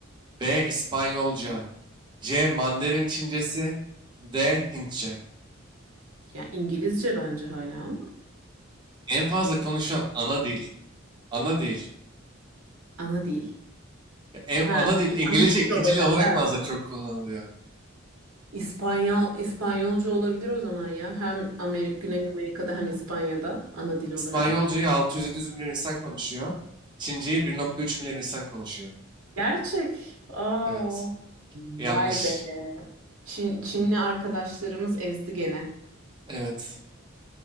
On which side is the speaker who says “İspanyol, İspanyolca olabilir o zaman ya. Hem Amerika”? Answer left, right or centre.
Right